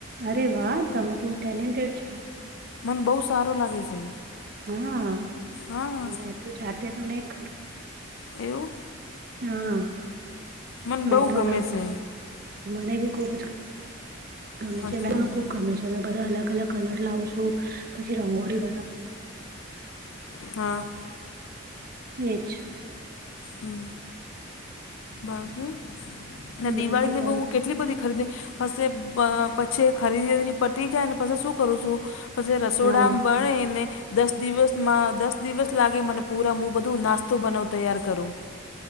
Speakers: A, on the right (about 45°); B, on the left (about 75°).
A: અરે વાહ તમે તો ટેલેન્ટેડ છો.
B: મન બહુ સારો લાગે છે.
A: હા,
B: હા
A: મે તો જાતે તો નહી કરું.
B: એવું?
A: હા,
B: મને
A: મેં
B: બહુ
A: તો
B: ગમે છે
A: મને કે ખુબ જ ગમે
B: હાચી
A: છે મને ખુબ ગમે છે. જેમે બધા અલગ અલગ કલર લાવ છુ, પછી રંગોળી બનાવ
B: હા
A: એ જ.
B: હમ. બાકી, અને
A: બાકી
B: દિવાળી
A: બસ
B: ની કેટલી બધી ખરીદી. પછ પછી ખરીદી પટી જાય ને પછ શું કરું છું. પછી રસોડામ
A: હા
B: બણે ને. દસ દિવસમાં દસ દિવસ લાગે મને પૂરા હું બધું નાસ્તો બનાવું તૈયાર કરું.